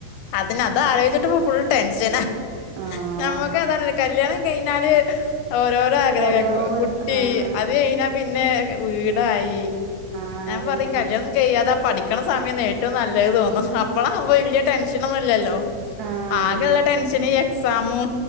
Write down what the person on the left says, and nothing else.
അതെന്നെ അത് ആലോയ്ച്ചിട്ട്പ്പോ ഫുൾ ടെൻഷന.
ന്നമ്മക്കെതല്ല കല്യാണം കഴിനാല് ഓരോരോ ആഗ്രഹകും
കു കുട്ടി
അത് കഴിഞ്ഞാ പിന്നെ വീടായി
ഞാൻ
പറയും കല്യാണം കയ്യാതാ പഠിക്ക്ണ സമയണ് ഏറ്റവും ന്നല്ലത് തോന്നും അപ്പളാവുംമ്പോ വല്ല്യ ക്ഷിണോന്നുല്ലല്ലോ
ആകെള്ള
ടെൻഷന് എക്സാമും